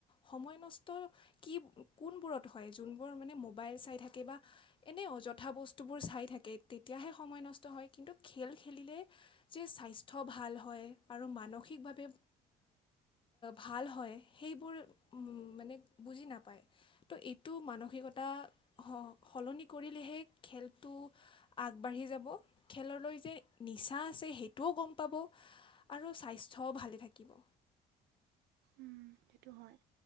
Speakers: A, on the left; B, on the right.
A: সময় নষ্ট কি কোনবোৰত হয় যোনবোৰ মানে মোবাইল চাই থাকে বা এনে অযথা বস্তুবোৰ চাই থাকে তেতিয়াহে সময় নষ্ট হয় কিন্তু খেল খেলিলে যে স্বাস্থ্য ভাল হয় আৰু মানসিক িকভাৱে ভাল হয় সেইবোৰ মানে বুজি নাপায় ত' এইটো মানসিকতা সলনি কৰিলেহে খেলটো আগবাঢ়ি যাব খেললৈ যে নিচা আছে সেইটোও গম পাব আৰু স্বাস্থ্য ভালে থাকিব
B: উম, সেইটো হয়